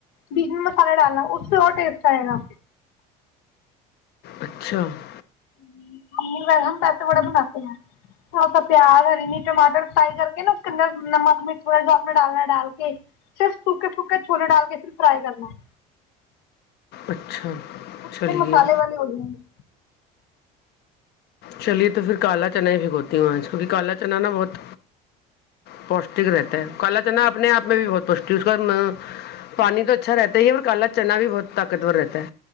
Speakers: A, on the left; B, on the left.
A: بیجن مسالے ڈالنا اس سے اور ٹیسٹ آئے گا
B: اچھا <inaudible>
A: امی و ہم پیسے بڑا بناتے ہیں تھوڑا سا پیاز ہرینی ٹماٹر فرائی کر کے نا اس کے اندر نمک مرچ وغہ جو آپ نے ڈالنا ہے ڈال کے صرف سوکھکے سوکھے چھولے ڈال کے پھر فرائی کرنا
B: اچھا
A: وہ
B: چلیے
A: سارے مسالے والے ہو جائیں گے
B: چلیے تو پھر کالا چنا ہی بھگوتی ہوں کیونکہ کالا چنا نا بہت پوشٹک رہتا ہے کالا چنا اپنے آپ میں بھی بہت پوشٹ اس کا پانی تو اچھا رہتا ہی اور کالا چنا بھی بہت طاقتور رہتا ہے